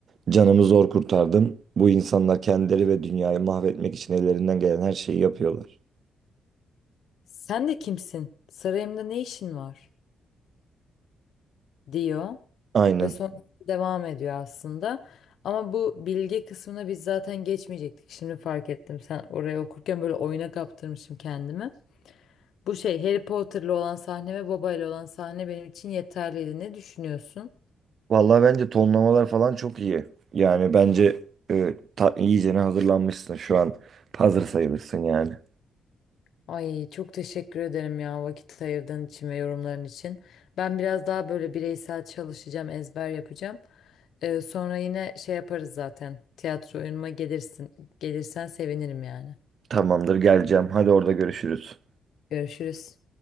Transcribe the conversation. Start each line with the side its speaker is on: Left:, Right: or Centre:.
Right: Canımı zor kurtardım. Bu insanlar kendileri ve dünyayı mahvetmek için ellerinden gelen her şeyi yapıyorlar.
Left: Sen de kimsin? Sarayımda ne işin var? diyor
Right: Aynen.
Left: ve sonra devam ediyor aslında. Ama bu bilgi kısmına biz zaten geçmeyecektik. Şimdi fark ettim. Sen oraya okurken böyle oyuna kaptırmışım kendimi. Bu şey Harry Potter'lı olan sahne ve babayla olan sahne benim için yeterliydi. Ne düşünüyorsun?
Right: Vallahi bence tonlamalar falan çok iyi. Yani bence e, ta, iyicene hazırlanmışsın şu an. Hazır sayılırsın yani.
Left: Ay çok teşekkür ederim ya vakit ayırdığın için ve yorumların için. Ben biraz daha böyle bireysel çalışacağım, ezber yapacağım. Ee, sonra yine şey yaparız zaten. Tiyatro oyunuma gelirsin. Gelirsen sevinirim yani.
Right: Tamamdır geleceğim. Hadi orada görüşürüz.
Left: Görüşürüz.